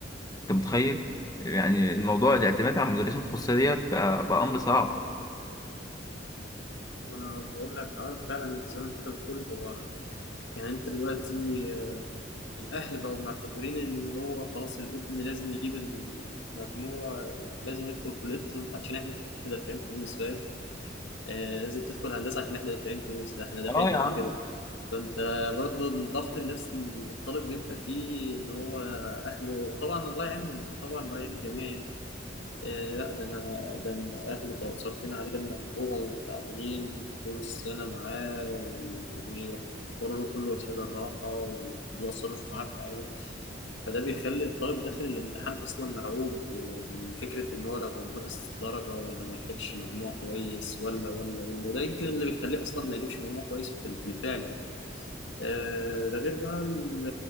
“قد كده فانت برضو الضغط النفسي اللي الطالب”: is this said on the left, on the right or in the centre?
Left